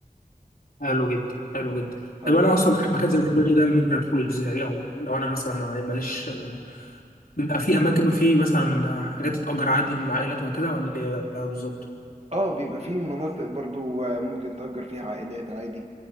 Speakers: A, on the left; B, on the right.
A: حلو جدا حلو جدا
B: طب
A: طب انا
B: انت
A: اصلا مكان زي مارفيلا ده ممكن ادخله ازاي او لو انا مثلا ما- ماليش بيبقى في اماكن في مثلا حاجات تتأجر عادي للعائلات وهكذا ولا إيه بالظبط
B: اه بيبقى في مناطق برضو آه، ممكن تأجر فيها عائلات عادي